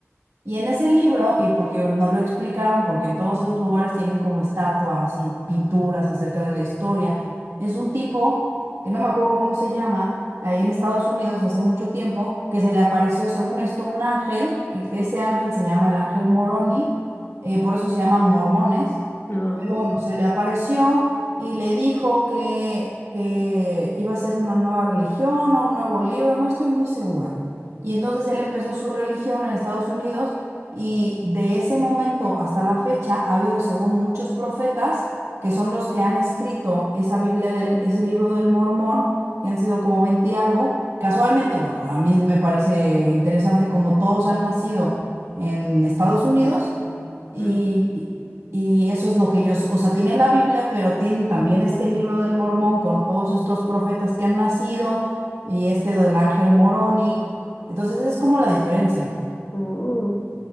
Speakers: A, on the right (about 80°); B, on the left (about 55°).
A: Y en ese libro, y porque no lo explicaron, porque en todos esos lugares tienen como estatuas y pinturas acerca de la historia, es un tipo, que no me acuerdo cómo se llama, ahí en Estados Unidos hace mucho tiempo, que se le apareció, según esto, un ángel, y que ese ángel se llama el ángel Moroni, eh, por eso se llaman mormones.
B: No.
A: Pero bueno, se le apareció y le dijo que, que iba a ser una nueva religión o un nuevo libro, no estoy muy segura. Y entonces él empezó su religión en Estados Unidos y de ese momento hasta la fecha ha habido, según muchos profetas, que son los que han escrito esa Biblia del, ese libro del Mormón, que han sido como 20 y algo. Casualmente, bueno, a mí me parece interesante como todos han nacido en Estados Unidos y,
B: mm,
A: y y eso es lo que ellos, o sea, tienen la Biblia, pero tienen también este libro del Mormón con todos estos profetas que han nacido y este del Ángel Moroni. Entonces, esa es como la diferencia.
B: Oh.